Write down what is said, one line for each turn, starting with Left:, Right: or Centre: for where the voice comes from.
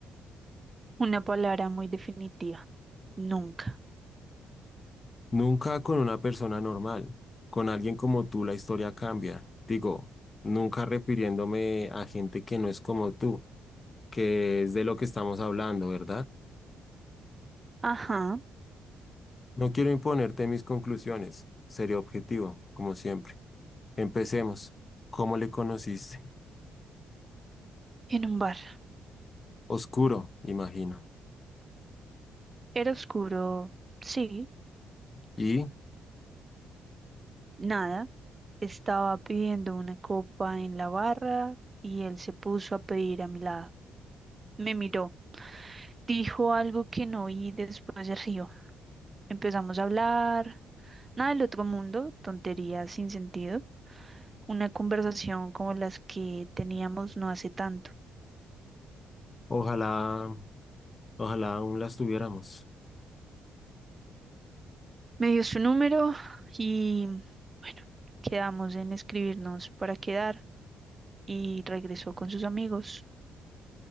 Right: Una palabra muy definitiva. Nunca.
Left: Nunca con una persona normal. Con alguien como tú la historia cambia. Digo, nunca refiriéndome a gente que no es como tú, que es de lo que estamos hablando, ¿verdad?
Right: Ajá.
Left: No quiero imponerte mis conclusiones. Seré objetivo, como siempre. Empecemos. ¿Cómo le conociste?
Right: En un bar.
Left: Oscuro, imagino.
Right: Era oscuro. Sí.
Left: Y
Right: Nada. Estaba pidiendo una copa en la barra y él se puso a pedir a mi lado. Me miró. Dijo algo que no oí, después se rió. Empezamos a hablar. Nada del otro mundo, tonterías sin sentido. Una conversación como las que teníamos no hace tanto.
Left: ojalá, ojalá aún las tuviéramos.
Right: Me dio su número y bueno, quedamos en escribirnos para quedar. y regresó con sus amigos